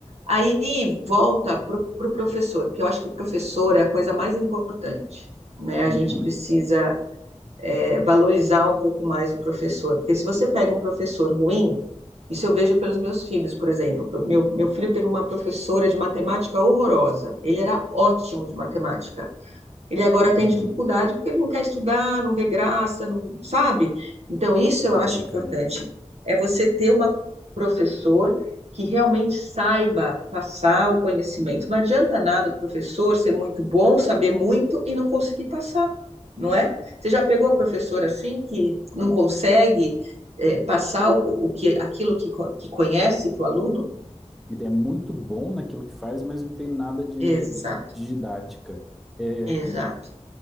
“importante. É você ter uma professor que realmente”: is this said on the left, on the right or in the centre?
Right